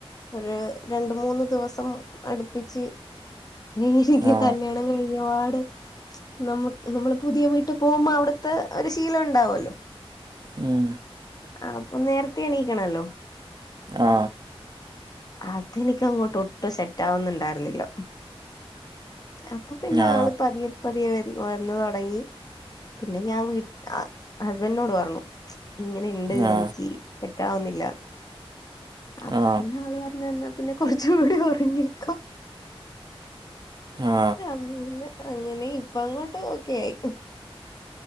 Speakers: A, on the left; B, on the right.
A: ഒര് രണ്ട് മൂന്ന് ദിവസം അടുപ്പിച്ച് ദേ എനിക്ക്
B: ആ
A: കല്യാണം കഴിഞ്ഞപാട് നമ്മ നമ്മള് പുതിയ വീട്ടി പോവുമ്പോ അവിടുത്തെ ഒരു ശീലം ഇണ്ടാവുവല്ലോ
B: ഉം
A: ആ അപ്പൊ നേരത്തെ എണീക്കണല്ലോ
B: ആ
A: അതെനിക്കങ്ങോട്ട് ഒട്ടും സെറ്റാവിന്നിണ്ടായിരുന്നില്ല അപ്പൊ പിന്നെ
B: ആ
A: ആള് പതിയെ പതിയെ വെ വന്ന് തൊടങ്ങി പിന്നെ ഞാൻ വീ ആ ഹസ്ബൻനോട് പറഞ്ഞു ഇങ്ങനെ ഇണ്ട്
B: ആ
A: എനിക്ക് കാവുന്നില്ല അപ്പൊ
B: ആ
A: പിന്നെ ആള് പറഞ്ഞ് എന്നാ പിന്നെ കുറച്ചൂടി ഉറങ്ങിക്കോ
B: ആ
A: അന്ന് അങ്ങനെ ഇപ്പ അങ്ങോട്ട് ഓക്കെ ആയി